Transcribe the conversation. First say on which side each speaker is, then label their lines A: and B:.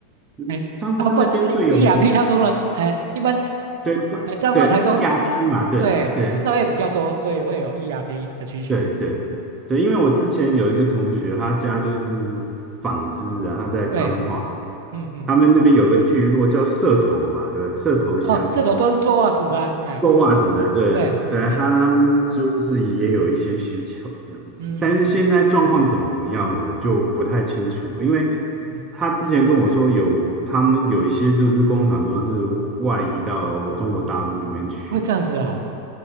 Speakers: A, on the right; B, on the right.
A: 嗯彰化那边最有名，
B: 哎，那么不然就是 ERP 套中人，哎，一般，
A: 对彰对
B: 哎，彰化、台中，
A: ERP 嘛，对对
B: 对，制造业比较多，所以会有 ERP 的需求。
A: 对对对对，因为我之前有一个同学，他家就是纺织啊，他在彰化，
B: 对，嗯嗯，
A: 他们那边有个聚落叫社头吧，对，社头乡。
B: 哦，这种都是做袜子的啊哎，
A: 做袜子的，对对，
B: 对，哎，
A: 他他们就是也有一些需求这样子，
B: 嗯嗯嗯
A: 但是现在状况怎么样，我就不太清楚了因为
B: 嗯，
A: 他之前跟我说有他们有一些就是工厂都是外移到中国大陆那边去，
B: 会这样子哦，